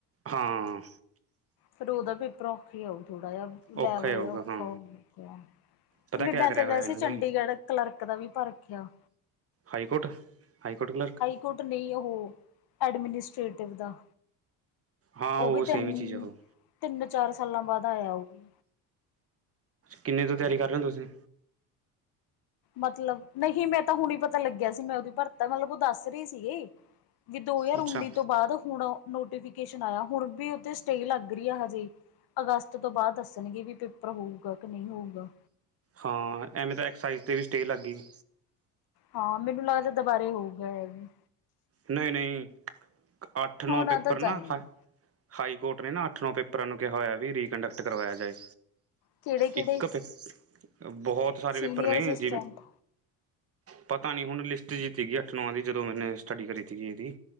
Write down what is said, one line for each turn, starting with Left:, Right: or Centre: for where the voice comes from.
Right: ਹਾਂ।
Left: ਫੇਰ ਓਦਾ ਪੇਪਰ ਔਖਾ ਈ ਆਊ ਥੋੜਾ ਜੇਆ ਲੈਵਲ
Right: ਔਖਾ ਹੀ ਹੋਊਗਾ
Left: ਔਖਾ
Right: ਹਾਂ
Left: ਹੋਊਗਾ।
Right: ਪਤਾ
Left: ਨਈ
Right: ਕਿਆ
Left: ਮੈਂ
Right: ਕਰਿਆ
Left: ਤ
Right: ਹੋਇਆ
Left: ਵੈਸੇ
Right: ਇਹਨਾਂ
Left: ਚੰਡੀਗੜ੍ਹ
Right: ਨੇ
Left: ਕਲਰਕ ਦਾ ਵੀ ਭਾਰ ਰਖੇਆ।
Right: High court, high court clerk?
Left: ਕੋਟ ਨਈ ਓਹ, ਐਡਮਿਨਿਸਟਟਿਵ ਦਾ।
Right: ਹਾਂ
Left: ਓ
Right: ਉਹ
Left: ਵੀ ਤੇ
Right: ਸੇਮ
Left: ਮ
Right: ਹੀ ਚੀਜ਼ ਆ ਉਹ
Left: ਤਿੰਨ-ਚਾਰ ਸਾਲਾਂ ਬਾਦ ਆਯਾ ਆਊਗੀ।
Right: ਕਿੰਨੇ ਤੋਂ ਤੇਆਰੀ ਕਾਰ ਰੇ ਓ ਤੁਸੀਂ?
Left: ਮਤਲਬ, ਨਹੀਂ ਮੈਂ ਤਾਂ ਹੁਣੀ ਪਤਾ ਲੱਗੇਆ ਸੀ ਮੈਂ ਓਦੀ ਭਰਤਾ ਮਲਬ ਓ ਦਾੱਸ ਰੀ ਸੀਗੀ। ਵੀ ਦੋ ਹਜਾਰ
Right: ਅੱਛਾ
Left: ਉੱਨੀ ਤੋਂ ਬਾਦ ਹੁਣ ਓ, ਨੋਟੀਫਿਕੇਸ਼ਨ ਆਯਾ ਹੁਣ ਬੀ ਓਤੇ ਸਟੇ ਲਾੱਗ ਰ ਆ ਹਜੇ ਅਗਾਸਤ ਤੋਂ ਬਾਦ ਦੱਸਣਗੇ ਵੀ ਪੇਪਰ ਹੋਊਗਾ ਕ ਨਈ ਹੋਊਗਾ।
Right: ਹਾਂ, ਐਵੇਂ ਤਾਂ ਐਕਸਸਾਈਜ਼ ਤੇ ਵੀ ਸਟੇਅ ਲਾੱਗ ਗੀ।
Left: ਹਾਂ, ਮੈਨੂੰ ਲਾੱਗਦਾ ਦਬਾਰੇ ਹੋਊਗਾ ਐ ਵੀ।
Right: ਨਈ-ਨਈ, ਕੈ ਆੱਠ-ਨੌ
Left: ਹੋਣਾ
Right: ਪੇਪਰ
Left: ਤਾਂ ਚਾਹੀਦਾ
Right: ਨਾ ਹਾ ਹਾਈ ਕੋਟ ਨੇ ਨਾ ਆੱਠ-ਨੌਂ ਪੇਪ ਪਰਾਂ ਨੂੰ ਕੇਹਾ ਹੋਏਆ ਵੀ ਏ ਰੀਕੰਡਕਟ ਕਰਵਾਏਆ ਜਾਏ,
Left: ਕਿਹੜੇ ਕਿਹੜੇ
Right: ਇੱਕ ਪੇਪ ਬਹੋ ਤ ਸਾਰੇ
Left: ਸੀਨੀਅਰ
Right: ਪੇਪਰ ਨੇ
Left: ਅਸਿਸਟੈਂਟ
Right: ਜੀ ਪਤਾ ਨੀ ਹੁਣ ਲਿਸਟ ਜੀ ਤੀਗੀ ਅੱਠ-ਨੌ ਦੀ, ਜਦੋਂ ਮੈਨੇ, ਸਟੱੜੀ ਕਰੀ ਤੀਗੀ ਏਦੀ।